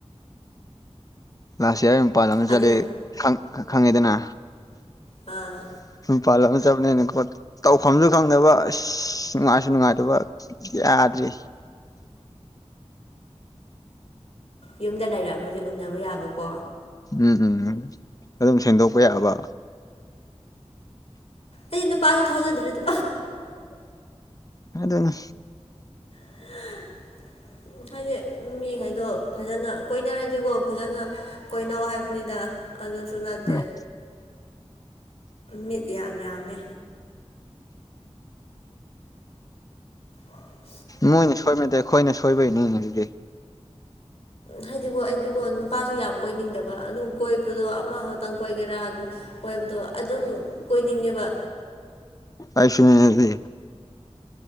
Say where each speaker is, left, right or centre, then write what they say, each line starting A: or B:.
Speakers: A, on the left; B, on the left.
A: ꯂꯥꯁ ꯏꯌꯥꯔ ꯃꯄꯥꯟ ꯑꯃ
B: ꯑꯗꯣ
A: ꯆꯠꯂꯦ ꯈꯪꯉꯦꯗꯅ
B: ꯑꯥ
A: ꯄꯜ ꯑꯃ ꯆꯠꯅꯦꯅꯀꯣ ꯇꯧꯐꯝꯁꯨ ꯈꯪꯗꯕ ꯑꯁ ꯅꯨꯡꯉꯥꯏꯁꯨ ꯅꯨꯡꯉꯥꯏꯇꯕ ꯌꯥꯗ꯭ꯔꯤ
B: ꯌꯨꯝꯗ ꯂꯩꯔꯛꯑꯃ ꯎꯟꯅꯅꯕ ꯌꯥꯕꯀꯣ
A: ꯎꯝ ꯎꯝ ꯎꯝ ꯑꯗꯨꯝ ꯁꯦꯝꯦꯡꯗꯣꯛꯄ ꯌꯥꯕ
B: ꯑꯩ ꯅꯨ ꯄ ꯊꯥꯖꯗ꯭ꯔꯦꯗꯣ
A: ꯑꯗꯨ ꯑꯗꯨꯅ
B: ꯎꯝ ꯍꯥꯏꯗꯤ ꯃꯤꯈꯩꯗꯣ ꯐꯖꯅ ꯀꯣꯏꯅꯔꯗꯤꯀꯣ ꯐꯖꯅ ꯀꯣꯏꯅꯧ ꯍꯥꯏꯕ ꯅꯤꯗ ꯑꯗꯨꯁꯨ ꯅꯠꯇꯦ
A: ꯎꯝ
B: ꯃꯤꯠ ꯌꯥꯝ ꯌꯥꯝꯃꯦ ꯑꯣꯏ
A: ꯃꯣꯏꯅ ꯁꯣꯏꯕꯗꯦ ꯑꯩꯈꯣꯏꯅ ꯁꯣꯏꯕꯩꯅꯤ ꯑꯗꯨꯗꯤ
B: ꯍꯥꯏꯗꯤꯀꯣ ꯑꯩꯗꯤꯒꯣ ꯅꯨꯄꯥꯁꯨ ꯌꯥꯝ ꯀꯣꯏꯅꯤꯡꯗꯕ ꯑꯗꯨꯝ ꯀꯣꯏꯕꯗꯣ ꯑꯃ ꯇꯪ ꯀꯣꯏꯒꯦꯔꯥꯅ ꯀꯣꯏꯕꯗꯣ ꯑꯗꯨꯝ ꯀꯣꯏꯅꯤꯡꯉꯦꯕ
A: ꯑꯥꯏꯁꯨꯃꯤꯗꯤ